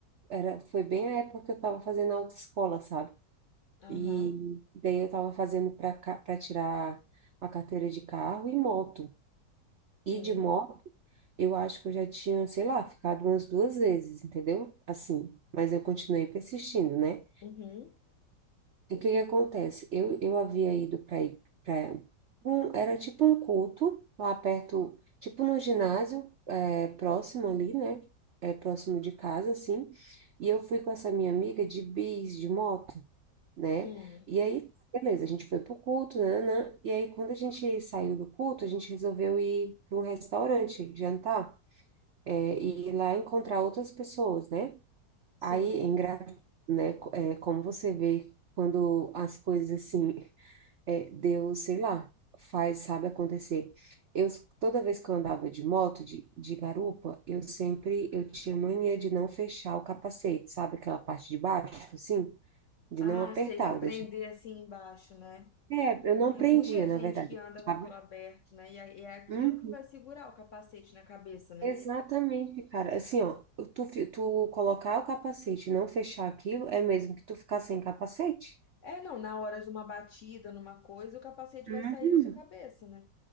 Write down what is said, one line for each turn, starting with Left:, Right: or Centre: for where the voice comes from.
Right: era, foi bem a época que eu tava fazendo autoescola, sabe?
Left: Aham,
Right: E daí eu tava fazendo para para tirar a carteira de carro e moto.
Left: sim.
Right: E de moto, eu acho que eu já tinha, sei lá, ficado umas duas vezes, entendeu? Assim, mas eu continuei persistindo, né?
Left: Uhum.
Right: E o que que acontece? Eu, eu havia ido para para um, era tipo um culto lá perto, tipo num ginásio é, próximo ali, né? É, próximo de casa, assim. E eu fui com essa minha amiga de bis, de moto, né?
Left: hum.
Right: E aí, beleza, a gente foi pro culto, né, né? E aí, quando a gente saiu do culto, a gente resolveu ir para um restaurante jantar, é, e ir lá encontrar outras pessoas, né?
Left: Sim.
Right: Aí, é engra... né? co- É, como você vê quando as coisas assim, é, Deus, sei lá, faz, sabe acontecer. Eu, toda vez que eu andava de moto, de, de garupa, eu sempre, eu tinha mania de não fechar o capacete, sabe? Aquela parte de baixo, assim, de
Left: Ah,
Right: não apertar,
Left: sei, vai
Right: eu
Left: prender
Right: deixava.
Left: assim embaixo, né?
Right: É, eu não
Left: Tem
Right: prendia,
Left: muita
Right: na
Left: gente
Right: verdade,
Left: que anda
Right: eu deixava.
Left: com aquilo aberto, né? E é é aquilo
Right: Uhum.
Left: que vai segurar o capacete na cabeça, né?
Right: Exatamente, cara. Assim, ó, tu, fi- tu colocar o capacete e não fechar aquilo, é mesmo que tu ficar sem capacete.
Left: É, não, na hora de uma batida, numa coisa, o capacete vai
Right: Uhum.
Left: sair da sua cabeça, né?